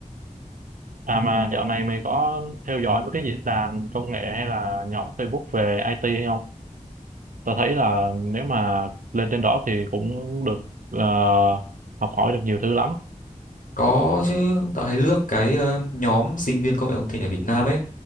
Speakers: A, on the right; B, on the left.
A: à mà dạo này mày có theo dõi mấy cái diễn đàn công nghệ hay là nhóm Facebook về IT hay không tôi thấy là nếu mà lên trên đó thì cũng được ờ, học hỏi được nhiều thứ lắm
B: Có chứ, tao hay lướt cái ờ, nhóm sinh viên công nghệ thông tin ở Việt Nam ấy,